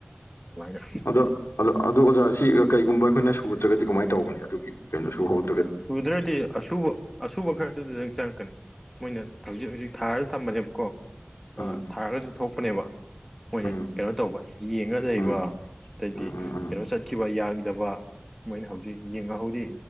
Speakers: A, in the centre; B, on the left.
A: ꯑꯗꯨꯃꯥꯏꯅ
B: ꯑꯗꯣ ꯑꯗꯣ ꯑꯗꯣ ꯑꯣꯖꯥ ꯁꯤ ꯀꯩꯒꯨꯝꯕ ꯑꯩꯈꯣꯏꯅ ꯁꯨꯗ꯭ꯔꯒꯗꯤ ꯀꯃꯥꯏꯅ ꯇꯧꯕꯒꯅꯤ ꯑꯗꯨꯒꯤ ꯀꯩꯅꯣ ꯁꯨꯍꯧ
A: ꯁꯨꯗ꯭ꯔꯗꯤ ꯑꯁꯨꯕ ꯑꯁꯨꯕ ꯈꯔꯛꯗꯨꯇꯪ ꯆꯪꯉꯛꯀꯅꯤ ꯃꯣꯏꯅ ꯍꯧꯖꯤꯛ ꯍꯧꯖꯤꯛ ꯊꯥꯔꯁꯨ ꯊꯝꯕꯅꯦꯕꯀꯣ
B: ꯎꯝ
A: ꯊꯥꯔꯒꯁꯨ ꯊꯣꯛꯄꯅꯦꯕ ꯍꯣꯏꯅꯦ
B: ꯎꯝ
A: ꯀꯩꯅꯣ ꯇꯧꯕ ꯌꯦꯡꯉ ꯂꯩꯕ
B: ꯎꯝ
A: ꯑꯗꯩꯗꯤ
B: ꯎꯝ ꯎꯝ ꯎꯝ
A: ꯀꯩꯅꯣ ꯆꯠꯈꯤꯕ ꯌꯥꯈꯤꯗꯕ ꯃꯣꯏꯅ ꯍꯧꯖꯤꯛ ꯌꯦꯡꯉꯍꯧꯋꯤ